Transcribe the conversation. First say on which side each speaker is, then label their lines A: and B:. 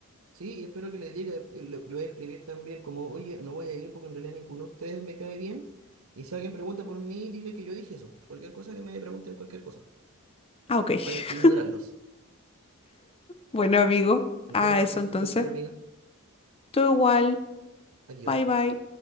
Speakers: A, on the right; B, on the left.
A: Sí, y espero que le diga, eh, lo, lo voy a escribir también como, oye, no voy a ir porque en realidad ninguno de ustedes me cae bien. Y si alguien pregunta por mí, dile que yo dije eso. Cualquier cosa que me pregunten, cualquier cosa.
B: Ah, ok. <laughs>
A: Para ignorarlos.
B: Bueno, amigo,
A: Espero
B: a
A: que
B: eso
A: estés
B: entonces.
A: súper bien, amiga.
B: Tú igual.
A: Adiós.
B: Bye bye.